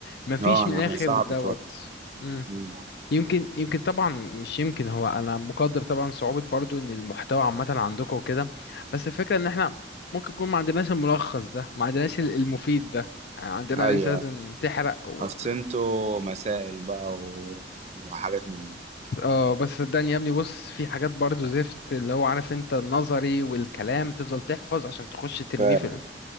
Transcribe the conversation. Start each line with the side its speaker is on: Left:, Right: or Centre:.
Left: مفيش
Right: اه
Left: من
Right: أنا
Left: الاخر
Right: عارف، صعب
Left: دوت
Right: شوية
Left: امم
Right: مم.
Left: يمكن يمكن طبعا مش يمكن هو انا مقدر طبعا صعوبة برضو ان المحتوى عامة عندكم وكده بس الفكرة ان احنا ممكن يكون ما عندناش الملخص ده ما عندناش ال- المفيد ده يعني عندنا
Right: أيوه
Left: ان انت لازم تحرق وت...
Right: أصل انتوا مسائل بقى و... وحاجات من دي
Left: اه بس صدقني يا ابني بص في حاجات برضو زفت اللي هو عارف انت النظري والكلام تفضل تحفظ عشان تخش ترميه
Right: فاهم
Left: في